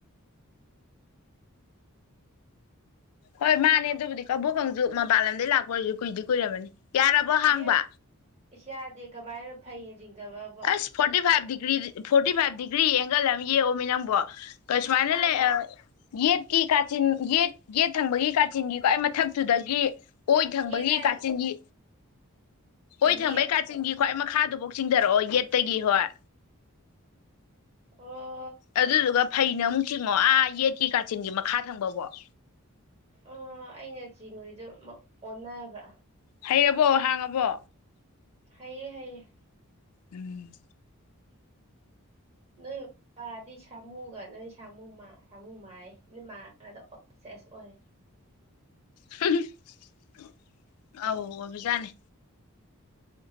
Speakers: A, on the right; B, on the left.
A: <unintelligible>
B: ꯍꯣꯏ ꯃꯥꯅꯦ ꯑꯗꯨꯕꯨꯗꯤ ꯀꯕꯣꯛ ꯀꯥꯡꯖꯨ ꯃꯄꯥꯟ ꯂꯝꯗꯒꯤꯩ ꯂꯥꯛꯄ ꯑꯣꯏꯔꯁꯨ ꯀꯨꯏꯗꯤ ꯀꯨꯏꯔꯔꯕꯅꯤ ꯌꯥꯔꯕꯣ
A: ꯏꯕꯦꯝ
B: ꯍꯥꯡꯕ
A: ꯏꯁ ꯌꯥꯗꯦ ꯀꯃꯥꯏꯅꯅꯣ ꯐꯩꯅ ꯆꯤꯡꯊꯕ
B: ꯑꯁ forty five degree forty five degree angle ꯑꯃ ꯌꯦꯛꯑꯣꯃꯤ ꯅꯪꯕꯣ ꯀꯩꯁꯨꯃꯥꯏ
A: ꯁꯥꯡꯅ
B: ꯂꯩ ꯑ ꯌꯦꯠꯀꯤ ꯀꯥꯆꯤꯟ ꯌꯦꯠ ꯌꯦꯠ ꯊꯪꯕꯒꯤ ꯀꯥꯆꯤꯟꯒꯤꯀꯣ ꯑꯩ ꯃꯊꯛꯇꯨꯗꯒꯤ ꯑꯣꯏ ꯊꯪꯕꯒꯤ
A: ꯌꯦꯠ ꯍꯥꯏ
B: ꯀꯥꯆꯤꯟꯒꯤ ꯑꯣꯏ
A: ꯌꯦꯠ
B: ꯊꯪꯕꯒꯤ ꯀꯥꯆꯤꯟ ꯆꯤꯡꯒꯤ ꯈ꯭ꯋꯥꯏ ꯃꯈꯥꯗꯨꯐꯧ ꯆꯤꯡꯊꯔꯛꯑꯣ ꯌꯦꯠꯇꯒꯤ ꯍꯣꯏ
A: ꯑꯣ
B: ꯑꯗꯨꯗꯨꯒ ꯐꯩꯅ ꯑꯃꯨꯛ ꯆꯤꯡꯉꯣ ꯑꯥ ꯌꯦꯠꯀꯤ ꯀꯥꯆꯤꯟꯒꯤ ꯃꯈꯥ ꯊꯪꯕꯐꯥꯎ
A: ꯑ ꯑꯩꯅ ꯆꯤꯉꯨꯔꯤꯗꯨ ꯑꯣꯟꯅꯕ꯭ꯔꯥ
B: ꯍꯩꯔꯕꯣ ꯍꯥꯡꯉꯕꯣ
A: ꯍꯥꯏꯌꯦ ꯍꯥꯏꯌꯦ
B: ꯎꯝ
A: ꯅꯣꯏ ꯄꯗꯤ ꯁꯥꯃꯨꯒ ꯅꯣꯏ ꯁꯥꯃꯨ ꯁꯥꯃꯨ ꯃꯥꯥꯏ ꯅꯣꯏ ꯃꯥꯡꯗ ꯑꯣ ꯁꯦꯁ ꯑꯣꯏ
B: ꯍꯨ ꯍꯨꯝ ꯑꯧ ꯑꯣꯏꯕꯖꯥꯠꯅꯤ